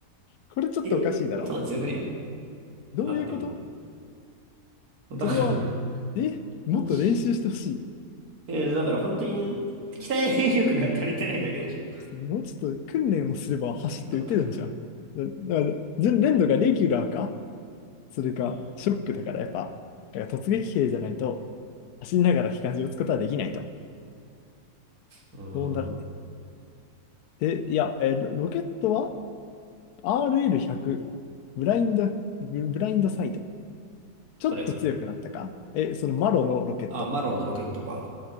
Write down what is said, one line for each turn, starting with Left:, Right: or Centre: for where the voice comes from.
Left: これちょっとおかしいだろ
Right: えこいつの方が強くねっ
Left: う。
Right: てなってる
Left: どういうこと
Right: よ。だから、
Left: それは、
Right: <laughs>
Left: えもっと練習してほし
Right: 感じ。えーだから本当にね、鍛え力が足りてないだけでしょ。
Left: い。もうちょっと訓練をすれば走って打てるんじゃん。
Right: 鍛え方が足りない。
Left: だだから、レンドがレギュラーかそれか、
Right: うん。
Left: ショックだからやっぱ、だから突撃兵じゃないと、走りながら機関銃撃つことはできないと。
Right: うーん。
Left: そうなるね。で、いや、えーロロケットは RL100、ブラインド、ブブラインドサイド。ちょっと強くなったかえ、
Right: これ。
Left: そのマロのロケット。
Right: あ、マロンのロケットか。